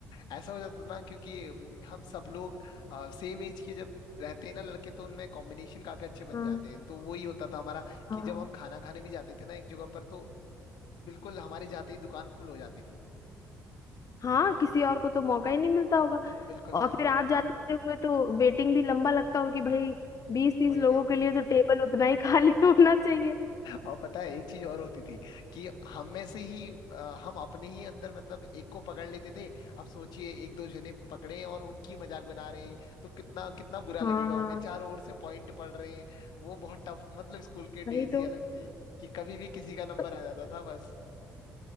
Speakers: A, on the left; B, on the left.
A: ऐसा हो जाता ना क्योंकि अम, हम सब लोग सेम एज के जब रहते हैं ना लड़के तो उनमें कॉम्बिनेशन काफी अच्छे बन
B: हाँ
A: जाते हैं तो वही होता था हमारा
B: हाँ
A: कि जब हम खाना खाने भी जाते थे ना एक जगह पर तो बिल्कुल हमारे जाते ही दुकान फुल हो जाती थी
B: हाँ किसी और को तो मौका ही नहीं मिलता होगा
A: बिल्कुल
B: और
A: बिल्कुल
B: फिर आप जाते होंगे तो वेटिंग भी लंबा लगता होगा कि भाई बीस तीस
A: वही
B: लोगों
A: वही
B: के लिए तो टेबल उतना ही खाली <laughs> होना चाहिए
A: और पता है एक चीज और होती थी कि हम में से ही अ, हम अपने ही अंदर मतलब एक को पकड़ लेते थे अब सोचिए एक दो जने पकड़े हैं और उनकी मजाक बना रहे हैं तो कितना कितना बुरा
B: हाँ
A: लगेगा उन्हें चारों ओर से पॉइंट पड़ रहे हैं वो बहुत टफ मतलब स्कूल के डेज
B: वही
A: ही
B: तो
A: अलग थे कि कभी भी किसी का नंबर
B: तो,
A: आ जाता था बस